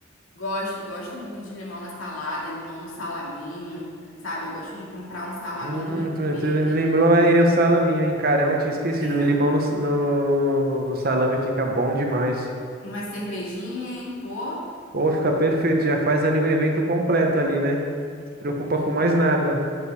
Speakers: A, on the left; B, on the right.
A: Gosto, gosto muito de limão na salada, limão no salaminho, sabe? Eu gosto de comprar um salaminho
B: Hum,
A: e
B: tu,
A: comer
B: tu me
A: aquele,
B: lembrou aí o salaminho, hein? Caramba, eu tinha esquecido.
A: é,
B: O limão no, s- no, no no salame fica bom demais.
A: uma cervejinha em pô.
B: Ou fica perfeito, já faz ali o evento completo ali, né? Não se preocupa com mais
A: Com,
B: nada.